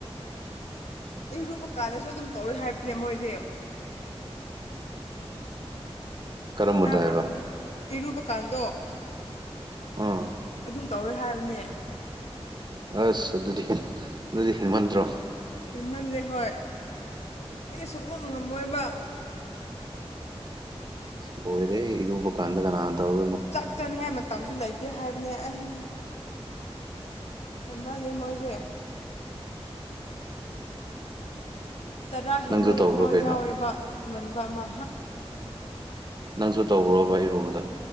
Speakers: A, on the left; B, on the right.
A: ꯏꯔꯨꯕ ꯀꯥꯟꯗꯁꯨ ꯑꯗꯨꯝ ꯇꯧꯋꯤ ꯍꯥꯏꯕꯅꯦ ꯃꯣꯏꯗꯤ
B: ꯀꯔꯝꯕꯗ
A: ꯇꯥꯕ꯭ꯔꯥ
B: ꯍꯥꯏꯕ
A: ꯏꯔꯨꯕ ꯀꯥꯟꯗꯣ
B: ꯎꯝ
A: ꯑꯗꯨꯝ ꯇꯧꯋꯦ ꯍꯥꯏꯕꯅꯦ
B: ꯑꯁ ꯑꯗꯨꯗꯤ ꯑꯗꯨꯗꯤ ꯍꯦꯟꯃꯟꯗ꯭ꯔꯣ
A: ꯍꯦꯟꯃꯜꯂꯦ ꯍꯣꯏ ꯑꯩꯗꯤ ꯁꯨꯛꯉꯝ ꯉꯝꯃꯣꯏꯕ
B: ꯂꯣꯏꯔꯦ ꯏꯔꯨꯕ ꯀꯥꯟꯗ ꯀꯅꯥꯅ ꯇꯧꯗꯣꯏꯃꯣ
A: ꯆꯥꯛ ꯆꯥꯅꯤꯡꯉꯥꯏ ꯃꯇꯝꯁꯨ ꯂꯩꯇꯦ ꯍꯥꯏꯕꯅꯦ ꯑꯩ ꯍꯦꯟꯃꯟꯂꯦ ꯃꯣꯏꯁꯦ ꯇꯔꯥ ꯍꯦꯟꯕꯩ
B: ꯅꯪꯁꯨ ꯇꯧꯕ꯭ꯔꯥ
A: ꯑꯃ
B: ꯀꯩꯅꯣ
A: ꯌꯥꯎꯋꯦꯕ ꯃꯟꯕ ꯑꯃ
B: ꯅꯪꯁꯨ ꯇꯧꯕ꯭ꯔꯣꯕ ꯏꯔꯨꯕꯗ